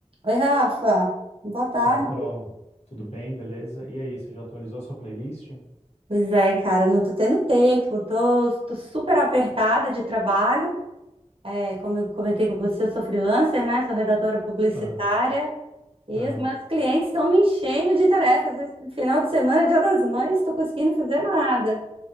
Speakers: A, on the right (about 50°); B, on the left (about 60°).
A: Oi, Rafa. Boa tarde.
B: Fala, Carol. Tudo bem? Beleza? E aí, você já atualizou a sua playlist?
A: Pois é, cara, não tô tendo tempo. Tô, tô super apertada de trabalho. É, como eu comentei com você, eu sou freelancer, né? Sou redatora publicitária.
B: Aham,
A: E
B: aham.
A: os meus clientes estão me enchendo de tarefas. Esse final de semana, Dia das Mães, estou conseguindo fazer nada.